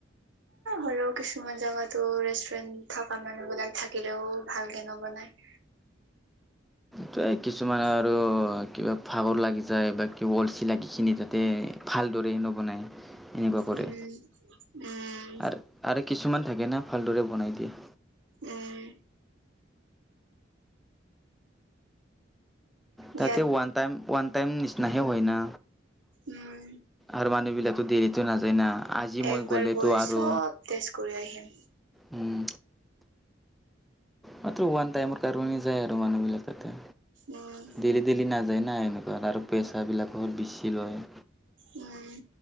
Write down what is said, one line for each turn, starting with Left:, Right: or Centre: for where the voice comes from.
Right: হলেও কিছুমান জাগাতো ৰেষ্টুৰেন্ট থকা মানুহ বিলাক থাকিলেও ভালকে নবনাই। <inaudible>
Centre: তই কিছুমানত
Right: <inaudible>
Centre: কিবা ভাগৰ লাগি যায় বা কিবা অলচী লাগিখিনি যাতে ভালদৰে নবনাই। এনেকুৱা কৰে
Right: উম, উম,
Centre: আৰু আৰু কিছুমান থাকে না ভালদৰে বনাই দিয়ে।
Right: উম।
Centre: তাতে
Right: ইয়াত
Centre: ৱ ওৱান টাইম ওৱান টাইম নিচিনাহে হয় না।
Right: উম,
Centre: আৰু মানুহ বিলাক দেৰিতো নাযায় না। আজি
Right: একবাৰ
Centre: মই গ'লেতো
Right: গৈ
Centre: আৰু
Right: চব টেষ্ট কৰি আহিম।
Centre: উম মাথো ওৱান টাইমৰ কাৰনে যায় আৰু মানুহ বিলাক তাতে
Right: উম,
Centre: দেইলি দেইলি নাযায়। নাই এনেকুৱা আৰু পেচাবিলাকো বেছি লয়।
Right: উম।